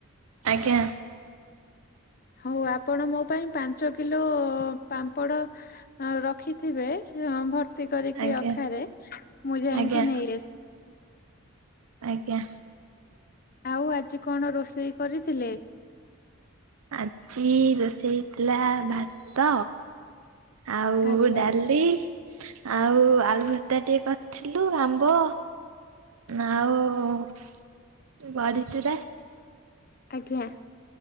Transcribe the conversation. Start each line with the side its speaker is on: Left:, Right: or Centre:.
Right: ଆଜ୍ଞା।
Left: ହଉ ଆପଣ ମୋ ପାଇଁ ପାଞ୍ଚ କିଲୋଓ ପାମ୍ପଡ଼ ରଖିଥିବେ ଭର ତି କରିକି
Right: ଆଜ୍ଞା
Left: ଅଖାରେ ମୁଁ ଯାଇକିଁ
Right: ଆଜ୍ଞା
Left: ନେଇ ଆସିବି।
Right: ଆଜ୍ଞା।
Left: ଆଉ ଆଜି କଣ ରୋଷେଇ କରିଥିଲେ?
Right: ଆଜି ରୋଷେଇ ହେଇଥିଲା ଭାତ। ଆଉ
Left: ଆଜ୍ଞା।
Right: ଡାଲି। ଆଉ ଆଳୁ ଭତ୍ତା ଟିକେ କରଥିଲୁ ଆମ୍ବ ଆଉଊ ବଢିଚୁରା।
Left: ଆଜ୍ଞା